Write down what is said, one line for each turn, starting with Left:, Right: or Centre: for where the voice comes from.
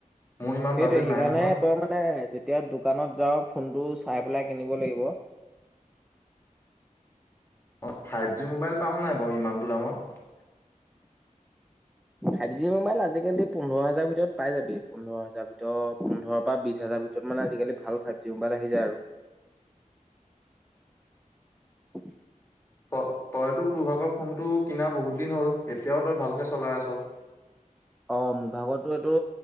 Left: মোৰ ইমান
Centre: সেইটোে
Left: বাজেট
Centre: সেইকাৰণে
Left: নাই নহয়
Centre: তই মানে যেতিয়া দোকানত যাও ফোনটো চাই পেলাই কিনিব লাগিব।
Left: অ' ফাইভ জি মোবাইল পাম নাই বাৰু ইমানটো দামত?
Centre: ফাইভ জি মোবাইল আজিকালি পোন্ধৰ হাজাৰ ভিতৰত পাই যাবি পোন্ধৰ হাজাৰ ভিতৰত পোন্ধৰ পৰা বিশ হাজাৰ ভিতৰত মানে আজিকালি ভাল ফাইভ জি মোবাইল আহি যায় আৰু। <inaudible>
Left: ত তইতো তোৰ ভাগৰ ফোনটো কিনা বহুত দিন হল এতিয়াও তই ভালকে চলাই আছ।
Centre: অ' মোৰ ভাগো এইটো